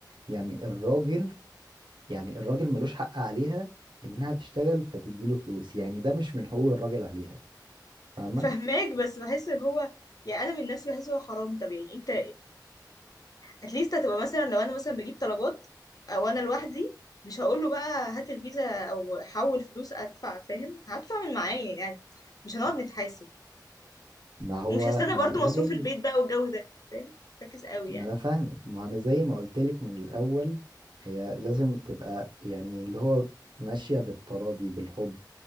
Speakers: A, on the right; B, on the left.
A: يعني الراجل يعني الراجل ملوش حق عليها انها تشتغل فتديله فلوس يعني ده مش من حقوق الراجل عليها فاهمة
B: فهماك بس بحس ان هو يعني انا من نفسي بحس هو حرام طب يعني انت اتليست هتبقى مثلا لو انا مثلا بجيب طلبات او انا لوحدي مش هقول له بقى هات الفيزا او حول فلوس ادفع فاهم هدفع من معايا يعني مش هنقعد نتحاسب
A: ما هو
B: ومش هستنى
A: ما
B: برضو
A: انا زي
B: مصروف البيت بقى والجو ده فاهم فاكس قوي
A: ما
B: يعني
A: انا فاهمك ما انا زي ما قلتلك من الاول هي لازم تبقى يعني اللي هو ماشية بالتراضي بالحب